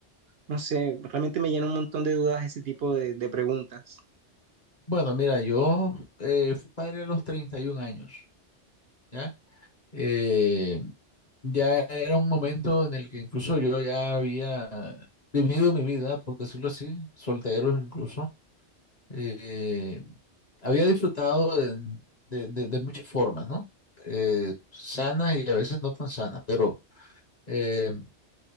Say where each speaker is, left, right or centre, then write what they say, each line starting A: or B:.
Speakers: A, on the right; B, on the left.
A: no sé, realmente me llena un montón de dudas ese tipo de, de preguntas.
B: bueno, mira, yo eh, fui padre a los 31 años, ¿ya? Eh, ya era un momento en el que incluso yo ya había vivido mi vida, por decirlo así, soltero incluso. eh, había disfrutado de, de- de- de muchas formas, ¿no? Eh, sanas y a veces no tan sanas, pero eh,